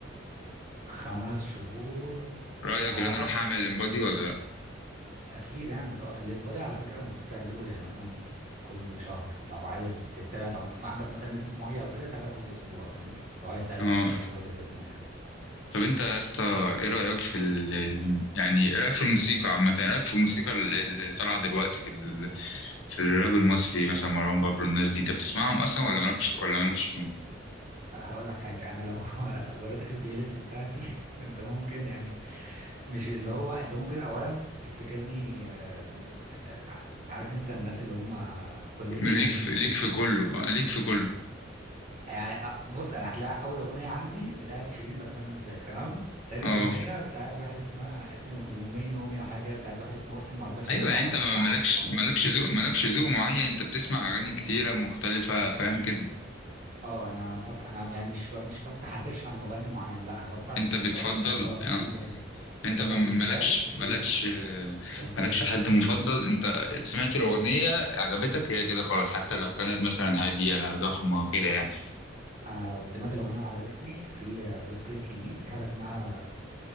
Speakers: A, on the right; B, on the left.
A: خمس شهور
B: رأيك
A: هو
B: ان انا اروح اعمل امبادي ولا لا
A: اكيد اعمل اه الانبادي على فكره المفروض تعمله يعني مثلا كل شهر لو عايز تتابع لو في عندك مثلا نسبه ميه او كده تابع كل اسبوع فاهم لو عايز تقلل
B: اه
A: نسبه الميه اللي في جسمك
B: طب انت يا اسطى ايه رأيك في ال... ال- يعني ايه رأيك في الموسيقى عامة ايه رأيك في الموسيقى ال- ال- اللي طالعة دلوقتي في ال... في الراب المصري مثلا مروان بابلو الناس دي انت بتسمعهم اصلا ولا مالكش ولا مالكش فيهم
A: أه، هقول لك حاجه انا لو <laughs> وريتك البلاي ليست بتاعتي <laughs> انت ممكن يعني مش اللي هو انت ممكن اولا تفتكرني آم، آه، عارف انت الناس اللي هم كل لبسهم
B: ليك
A: اسود
B: في... ليك
A: في اسود
B: في كله اه ليك في كله
A: يعني أ- بص أنا هتلاقي اول اغنيه عندي بتاعت شيرين بتمنى انساك تمام تاني
B: اه
A: اغنيه بتاعت واحد اسمها اسمه يومين نومي او حاجه كده بتاعت واحد اسمه اوسين ما اعتقدش
B: ايوه
A: ان انت
B: يعني
A: عمرك
B: انت
A: سمعت
B: ما- مالكش
A: عنه عموما
B: مالكش ذوق مالكش ذوق معين انت بتسمع اغاني كتيرة مختلفة فاهم كده
A: اه انا بف... انا يعني مش ب... مش بفتح اسيرش على مغني معين لا انا بفتح
B: انت
A: سبوتيفاي
B: بتفضل
A: اللي هو في
B: آه.
A: بفتح
B: انت م-
A: سبوتيفاي
B: مالكش
A: في
B: مالكش
A: آه،
B: مالكش حد مفضل انت سمعت الاغنيه عجبتك هي كده خلاص حتى لو كانت مثلا هاديه ضخمه كده يعني
A: انا لو سمعت الاغنيه وعجبتني في بدوس كليك يمين في حاجه اسمها